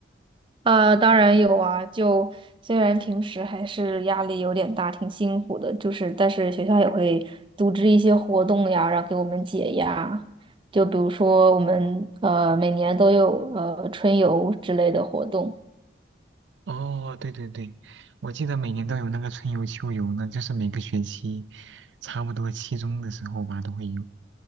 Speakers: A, on the right; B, on the right.
A: 呃，当然有啊，就虽然平时还是压力有点大，挺辛苦的，就是但是学校也会组织一些活动呀，然后给我们解压。就比如说我们呃每年都有呃春游之类的活动。
B: 哦，对对对，我记得每年都有那个春游秋游呢，就是每个学期差不多期中的时候吧都会有。